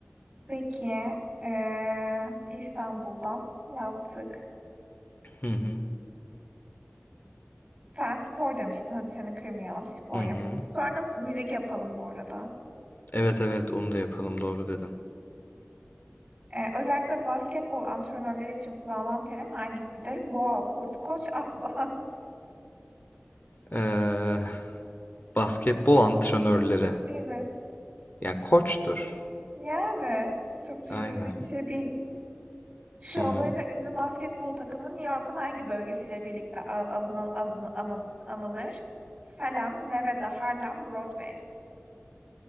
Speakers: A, on the right (about 30°); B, on the left (about 45°).
A: Peki, eee, İstanbul'dan yaptık.
B: Hı hı.
A: Sen spor demiştin. Hadi seni kırmayalım. Spor
B: Hı
A: yapalım.
B: hı.
A: Sonra müzik yapalım bu arada.
B: Evet evet onu da yapalım doğru dedin.
A: Eee, özellikle basketbol antrenörleri için kullanılan terim hangisidir? Boğa, kurt, koç, aslan.
B: Ee, basketbol antrenörleri.
A: <laughs> Evet.
B: Yani koçtur.
A: Yani çok düşünülecek
B: Aynen.
A: bir şey değil. Şovlarıyla
B: Hı hı.
A: ünlü basketbol takımı New York'un hangi bölgesiyle birlikte al alını- alını- anı- anılır? Salem, Nevada, Harlem, Broadway.